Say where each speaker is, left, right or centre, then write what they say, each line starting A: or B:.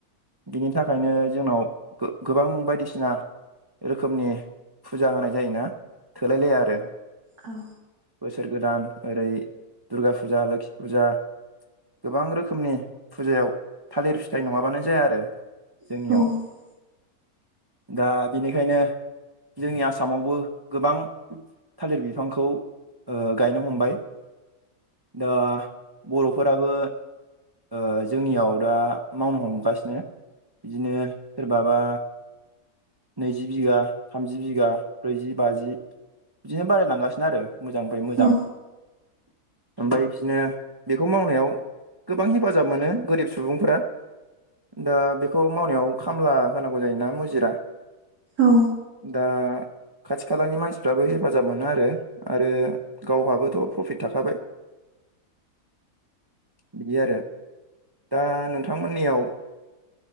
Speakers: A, on the right (about 20°); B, on the right (about 75°).
A: बिनि थाखायनो जोंनाव गो-गोबां बायदिसिना रोखोमनि फुजा होनाय जायोना थोलायलाया आरो।
B: औ
A: बोसोर गोदान ओरै दुर्गा फुजा लोखि फुजा गोबां रोखोमनि फुजायाव थालिर फिथाइ नङाबानो जाया आरो जोंनियाव।
B: औ
A: दा बेनिखायनो जोंनि आसामावबो गोबां थालिर बिफांखौ ओ गायनो हमबाय। दा बर'फोराबो ओ जोंनियाव दा मावनो हमगासिनो बिदिनो सोरबाबा नैजि बिगा थामजि बिगा ब्रैजि बाजि बिदिनो बारायलांगासिनो आरो। मोजांनि फाय मोजां।
B: औ
A: ओमफ्राय बिदिनो बेखौ मावनायाव गोबां हेफाजाब मोनो गोरिब सुबुंफोरा। दा बेखौ मावनायाव खामला होनांगौ जायोना मुजिरा।
B: औ
A: दा खाथि खालानि मानसिफ्राबो हेफाजाब मोनो आरो आरो गावहाबोथ' प्रफिट थाखाबाय। बिदि आरो दा नोंथांमोननियाव